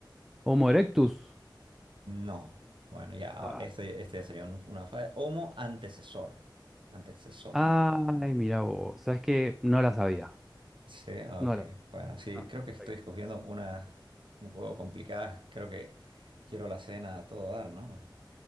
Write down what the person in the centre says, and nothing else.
Homo erectus.
Ah,
Ay, mira vos, sabes que no la sabía.
No la
ah,
está bien.